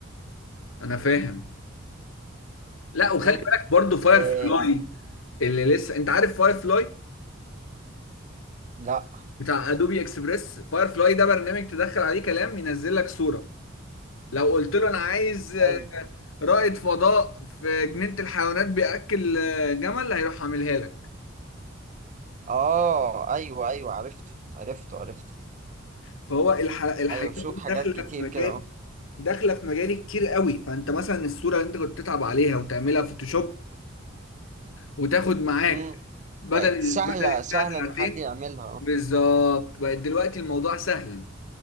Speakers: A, on the left; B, on the right.
A: انا فاهم لا وخلي
B: امم
A: بالك برضو فاير
B: آه
A: فلاي اللي لسه انت عارف فاير فلاي
B: لا
A: بتاع ادوبي اكسبريس فاير فلاي ده برنامج تدخل عليه كلام ينزل لك صورة لو قلت له انا عايز
B: حلو
A: رائد فضاء في جنينة الحيوانات بيأكل جمل هيروح عاملها لك
B: اه ايوه ايوه عرفته عرفته عرفته
A: فهو الح... الحاجات
B: ايوه شوف
A: دي
B: حاجات
A: داخلة
B: كتير
A: في مجال
B: كده اهو
A: داخله في مجالي كتير قوي فانت مثلا الصوره اللي انت كنت تتعب عليها وتعملها فوتوشوب وتاخد معاك
B: امم
A: بدل
B: بقت سهلة
A: بدل
B: سهلة
A: الساعة ساعتين
B: ان حد يعملها اهو
A: بالظبط بقت دلوقتي الموضوع سهل